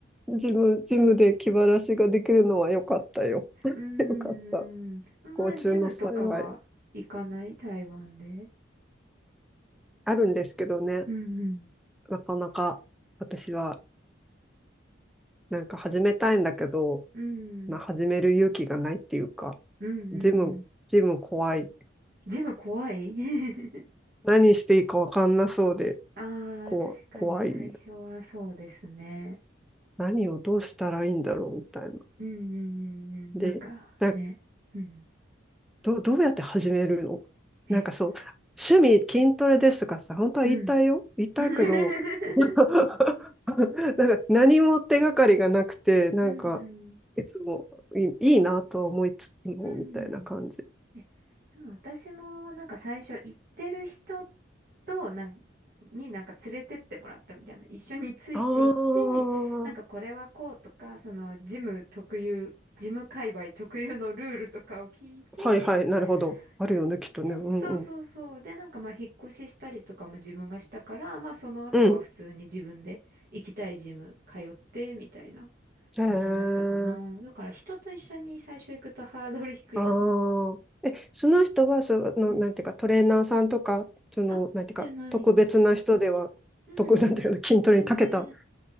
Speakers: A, in the centre; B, on the right.
A: ジム、ジムで気晴らしができるのは良かったよ。<laughs>
B: な。うーん、
A: 良かった。
B: あんまりジムとかは行かない台湾で。
A: 不幸中の幸い。あるんですけどね、
B: うんうん。
A: なかなか私はなんか始めたいんだけど、
B: うん、
A: まあ、始める勇気がないっていうか、
B: うんうんうん。
A: ジム、ジム怖い。
B: ジム怖い <laughs>
A: 何していいかわかんなそうで、
B: ああ、
A: こう、
B: 確かに最初はそうですね。
A: 怖い。何をどうしたらいいんだろうみたいな。
B: うんうんうんうん。
A: で、
B: なんかね。
A: なん
B: うん。
A: ど、どうやって始めるのなんかそう、
B: え、
A: 趣味筋トレですとかさ、本当は言いたいよ。
B: うん。
A: 言いたいけど、
B: うん
A: <laughs> なんか何も手がかりがなくて、
B: <laughs>
A: なんか、
B: うんうん。
A: いつもいい、いいなとは思いつつも、
B: うんうん。
A: みたいな感じ。
B: え、でも私もなんか最初行ってる人となんになんか連れてってもらったみたいな。一緒について行って、
A: ああ、
B: なんかこれはこうとか、そのジム特有、ジム界隈特有のルールとかを聞いて、
A: はいはい、なるほど。あるよね、
B: うん。
A: きっとね。
B: で、
A: うんうん。
B: そうそうそう。で、なんかまあ、引っ越ししたりとかも自分がしたから、まあ、その後は普通に自分で行きたいジム通って、
A: うん。
B: みたいな
A: へえ。
B: 感じだったかな。だから人と一緒に最初行くとハードル低いかも。
A: ああ。え、その人は、その、
B: うん。
A: なんていうか、トレーナーさんとか、その、
B: あ、
A: なんていうか、
B: じゃない。
A: 特別な人では、
B: うん。
A: 特、なんていうの、筋トレに長けた
B: 全然、